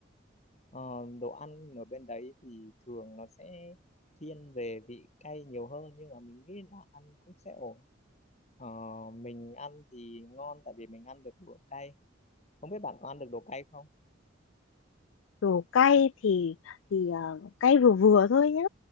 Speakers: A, on the left (about 35°); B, on the left (about 75°).
A: ờ, đồ ăn ở bên đấy thì thường nó sẽ thiên về vị cay nhiều hơn nhưng mà mình nghĩ là ăn cũng sẽ ổn Ờ, mình ăn thì ngon tại vì mình ăn được đồ cay. Không biết bạn có ăn được đồ cay không?
B: đồ cay thì thì ờ, cay vừa vừa thôi nhá